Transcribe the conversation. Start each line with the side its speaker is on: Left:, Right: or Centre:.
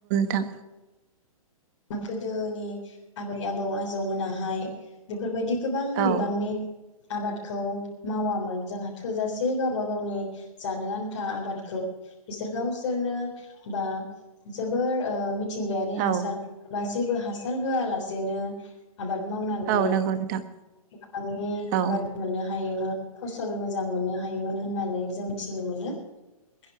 Right: थां
Left: <unintelligible> गोदोनि आबै आबौ आजौ मोनाहाय बेफोरबायदि गोबां
Right: औ
Left: बिबांनि आबादखौ मावामोन जोंहा थोजासे गावबा गावनि जानो आन्था आबादखौ बिसोर गावसोरनो बा जोबोर ओ थिंगायारि हासार
Right: औ
Left: जेबो हासार होआलासेनो आबाद मावनानै
Right: औ नंगौ नोंथां
Left: बिबांनि
Right: औ
Left: आबाद मोननो हायोमोन । फसल मोजां मोननो हायोमोन होननानै जों मिथिनो मोनो ।